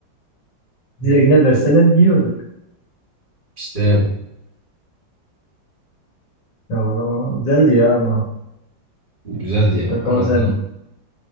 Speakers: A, on the left (about 65°); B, on the right (about 25°).
A: Direkt ne verseler yiyorduk.
B: İşte
A: Ya vallahi güzeldi ya ama.
B: güzeldi
A: İşte
B: ya.
A: bazen
B: en azından.